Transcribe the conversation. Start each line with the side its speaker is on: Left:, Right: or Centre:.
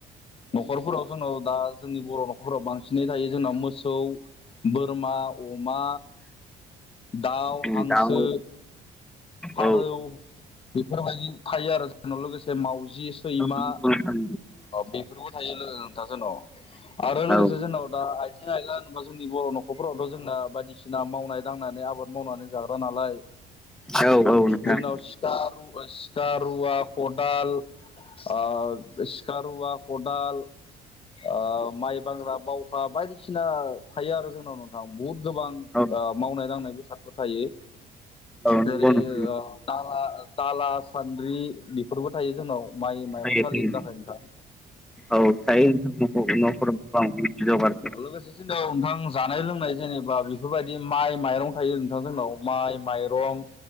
Left: नखरफोराव जोंनाव दा जोंनि बर नखरफोरााव बांसिनै थायो जोंनााव मोसौ बोरमा, अ मा, दाउ,
Centre: उम
Left: हांसो,
Centre: दाउ औ
Left: फारौ
Centre: औ
Left: बेफोरबायदि थायो आरो जोंनाव लोगोसे माव जि सैमा
Centre: औ नंगौ नोंथां
Left: बेफोरबो थायो लोगो नोंथास न' आरो लोगोसे
Centre: औ
Left: जोंनाव दा आइजें आइला होनबा जोंनि बर न'खरफोरावथ जोंना बायदिसिना मावनाय दांनानै आबाद मावनानै जागा बो नालाय
Centre: औ औ नोंथां
Left: जोंनाव सिु सिखा - रुवा खदाल आ सिखा - रुवा, खदाल आ माइ बांग्रा बावखा बायदिसिना थायो आरो जोंनाव नोंथां बुहुत गोबां
Centre: औ
Left: मावनाय दांनाय बेसादफोर थायो।
Centre: औ नंगौ
Left: जेरै
Centre: नोंथां
Left: दाला दाला सान्द्रि बेफोरबो थायो जोंनाव माइ माइरं
Centre: थायो
Left: सलिनि
Centre: थायो
Left: थाखाय नोंथां।
Centre: औ थायो नखर नखर गोबां
Left: अलगासेसे नोंथां जानाय लोंनाय जेनेबा बेफोरबायदि माइ माइरं थायो नोंथां जोंनाव माइ माइरं